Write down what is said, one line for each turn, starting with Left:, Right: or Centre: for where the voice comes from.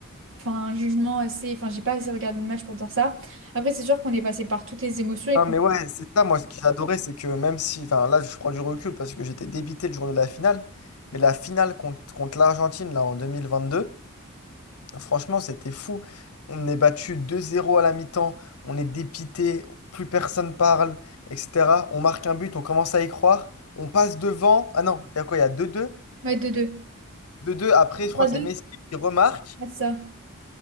Right: Enfin, un jugement assez... Enfin, j'ai pas assez regardé le match pour dire ça. Après, c'est sûr qu'on est passé par toutes les émotions et
Left: Ah
Right: qu'on...
Left: mais ouais, c'est ça, moi, ce que j'adorais, c'est que même si, enfin, là, je prends du recul parce que j'étais débité le jour de la finale, mais la finale contre, contre l'Argentine, là, en 2022, franchement, c'était fou. On est battu 2-0 à la mi-temps, on est dépité, plus personne parle, etc. On marque un but, on commence à y croire, on passe devant. Ah non, il y a quoi? Il y a 2-2.
Right: 3-2.
Left: 2-2, après, je crois
Right: 3-2,
Left: que c'est Messi qui remarque.
Right: c'est ça.